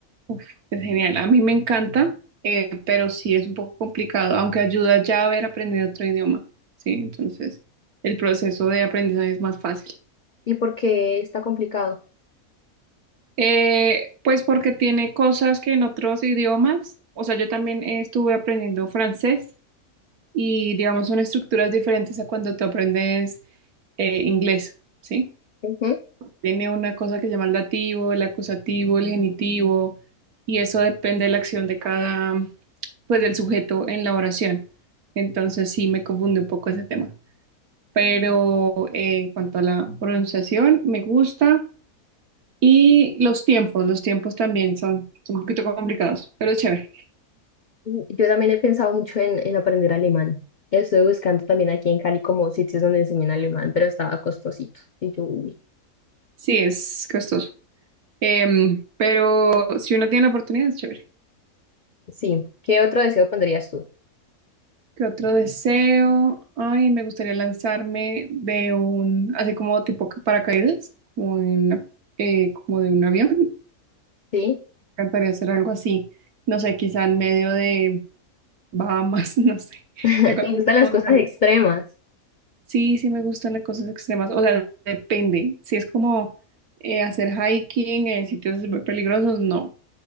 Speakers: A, on the right (about 70°); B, on the left (about 65°).
A: Uf, es genial. A mí me encanta, eh, pero sí es un poco complicado, aunque ayuda ya haber aprendido otro idioma. Sí, entonces el proceso de aprendizaje es más fácil.
B: ¿Y por qué está complicado?
A: Eh, pues porque tiene cosas que en otros idiomas, o sea, yo también eh, estuve aprendiendo francés y digamos son estructuras diferentes a cuando tú aprendes eh, inglés, ¿sí?
B: Ujú.
A: tiene una cosa que se llama el dativo, el acusativo, el genitivo, y eso depende de la acción de cada, pues del sujeto en la oración. Entonces sí me confunde un poco ese tema. Pero eh, en cuanto a la pronunciación, me gusta. Y los tiempos, los tiempos también son, son un poquito complicados, pero es chévere.
B: Yo también he pensado mucho en, en aprender alemán. Estuve buscando también aquí en Cali como sitios donde enseñan alemán, pero estaba costosito. Y yo, uy.
A: Sí, es costoso. Em, pero si uno tiene la oportunidad, es chévere.
B: Sí. ¿Qué otro deseo pondrías tú?
A: ¿Qué otro deseo? Ay, me gustaría lanzarme de un, así como tipo ca- paracaídas, como de una- eh, como de un avión. Me
B: ¿Sí?
A: encantaría hacer algo así. No sé, quizá en medio de Bahamas, <laughs> no sé.
B: <laughs> ¿Te
A: Algo
B: gustan
A: así como
B: las cosas
A: súper-
B: extremas?
A: Sí, sí me gustan las cosas extremas. O sea, depende. Si es como eh, hacer hiking en sitios súper peligrosos, no.